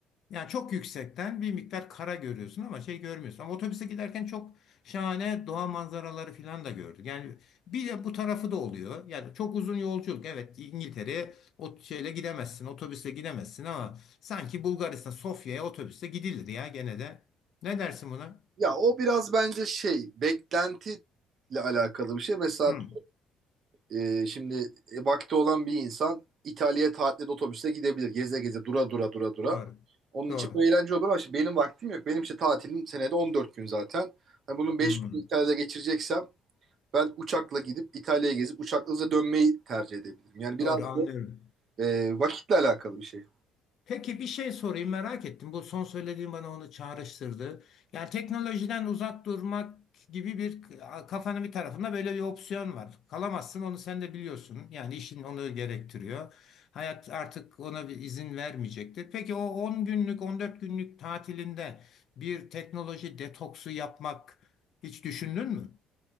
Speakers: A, on the left; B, on the right.
A: Yani çok yüksekten bir miktar kara görüyorsun ama şey görmüyorsun. Ama otobüse giderken çok şahane doğa manzaraları falan da gördük. Yani bir de bu tarafı da oluyor. Yani çok uzun yolculuk. Evet İngiltere'ye o şeyle gidemezsin, otobüsle gidemezsin ama sanki Bulgaristan, Sofya'ya otobüsle gidilir ya gene de. Ne dersin buna?
B: Ya o biraz bence şey beklentiyle alakalı bir şey. Mesela
A: Hmm,
B: e, şimdi e, vakti olan bir insan İtalya'ya tatilde otobüste gidebilir. Geze geze dura dura dura dura.
A: doğru.
B: Onun
A: Doğru.
B: için bu eğlence olur ama şimdi benim vaktim yok. Benim işte tatilim senede 14 gün zaten. Hani bunun 5
A: Hmm,
B: gün İtalya'da geçireceksem ben uçakla gidip İtalya'ya gezip uçakla hızla dönmeyi tercih edebilirim. Yani biraz
A: doğru anlıyorum.
B: da e, vakitle alakalı bir şey.
A: Peki bir şey sorayım merak ettim. Bu son söylediğin bana onu çağrıştırdı. Yani teknolojiden uzak durmak gibi bir kafanın bir tarafında böyle bir opsiyon var. Kalamazsın onu sen de biliyorsun. Yani işin onu gerektiriyor. Hayat artık ona bir izin vermeyecektir. Peki o 10 günlük 14 günlük tatilinde bir teknoloji detoksu yapmak hiç düşündün mü?